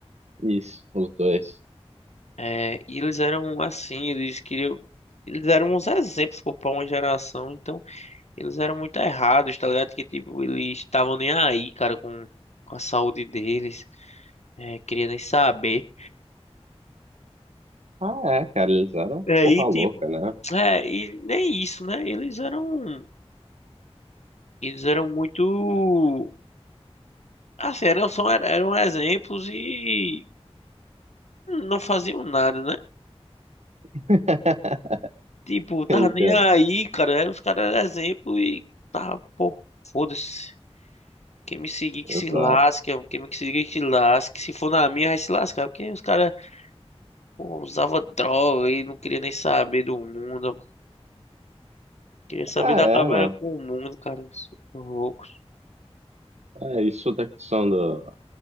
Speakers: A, on the right (about 85°); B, on the left (about 85°).
A: Isso, os dois.
B: É, e eles eram assim, eles queriam. Eles eram uns exemplos pô, pra uma geração. Então. Eles eram muito errados, tá ligado? Que tipo, eles estavam nem aí, cara, com, com a saúde deles. É, queria nem saber.
A: Ah, é, cara, eles eram
B: É,
A: porra
B: e tipo,
A: louca, né?
B: é, e nem isso, né? Eles eram, eles eram muito, assim, eram, só, eram exemplos e não faziam nada, né?
A: <laughs>
B: Tipo, tava
A: Entendo.
B: nem aí, cara. Eram os caras eram exemplo e tá, pô, foda-se. Quem me seguir que se
A: Exato.
B: lasque, quem me seguir que se lasque. Se for na minha, vai se lascar, porque os caras Pô, usava droga e não queria nem saber do mundo. Queria saber
A: Ah,
B: da
A: é,
B: cabra
A: mano.
B: com o mundo, cara. Sou Louco.
A: É isso da questão do,